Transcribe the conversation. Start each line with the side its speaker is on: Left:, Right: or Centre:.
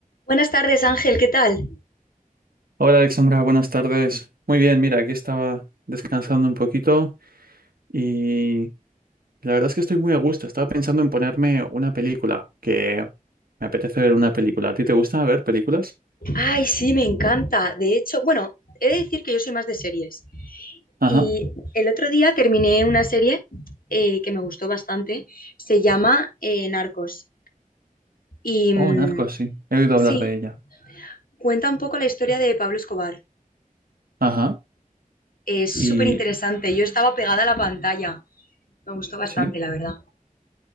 Left: Buenas tardes, Ángel, ¿qué tal?
Right: Hola Alexandra, buenas tardes. Muy bien, mira, aquí estaba descansando un poquito y la verdad es que estoy muy a gusto. Estaba pensando en ponerme una película, que me apetece ver una película. ¿A ti te gusta ver películas?
Left: Ay, sí, me encanta. De hecho, bueno, he de decir que yo soy más de series.
Right: Ajá.
Left: Y el otro día terminé una serie eh, que me gustó bastante. Se llama eh, Narcos. Y mm,
Right: Oh, Narcos, sí. He oído
Left: sí,
Right: hablar de ella.
Left: cuenta un poco la historia de Pablo Escobar.
Right: Ajá.
Left: Es
Right: Y
Left: súper interesante. Yo estaba pegada a la pantalla. Me gustó bastante,
Right: sí.
Left: la verdad.